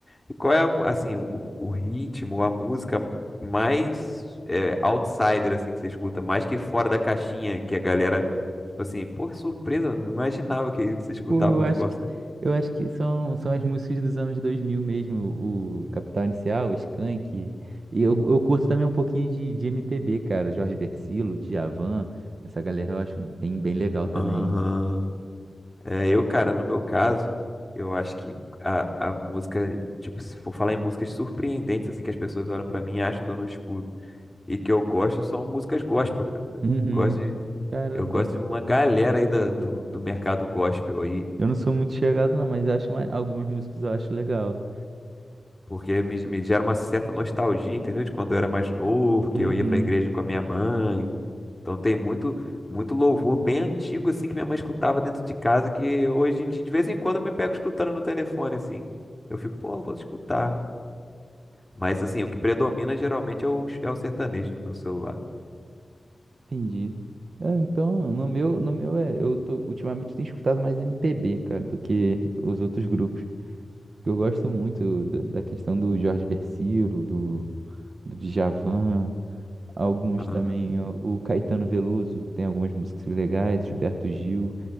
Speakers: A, on the left; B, on the right.
A: E qual é, a mu- assim, o, o ritmo, a música mais é, outsider, assim, que você escuta, mais que fora da caixinha, que a galera, tipo assim, pô, que surpresa, eu não imaginava que você escutava
B: Pô, eu
A: um
B: acho
A: negócio
B: que,
A: desse.
B: eu acho que são, são as músicas dos anos 2000 mesmo, o Capital Inicial, o Skank. E eu, eu curto também um pouquinho de, de MPB, cara, Jorge Vercillo, Djavan, essa galera eu acho bem, bem legal também.
A: Aham. É, eu, cara, no meu caso, eu acho que a, a música, tipo, se for falar em músicas surpreendentes, assim, que as pessoas olham pra mim e acham que eu não escuto e que eu gosto, são músicas gospel, cara.
B: Uhum.
A: Eu gosto de,
B: Caramba.
A: eu gosto de uma galera aí da- do, do, mercado gospel aí,
B: Eu não sou muito chegado não, mas acho mais, algumas músicas eu acho legal.
A: porque me, me gera uma certa nostalgia, entendeu? De quando eu era mais novo,
B: Uhum.
A: que eu ia pra igreja com a minha mãe, Então tem muito, muito louvor bem antigo assim que minha mãe escutava dentro de casa que hoje em dia de vez em quando eu me pego escutando no telefone assim. Eu fico, pô, vou escutar. Mas assim, o que predomina geralmente é o, é o sertanejo no meu celular.
B: Entendi. É, então, no meu, no meu é, eu tô, ultimamente tenho escutado mais MPB, cara, do que os outros grupos. Eu gosto muito da da questão do Jorge Vercillo, do, do Djavan, alguns
A: Uhum.
B: também, ó, o Caetano Veloso, tem algumas músicas legais, Gilberto Gil,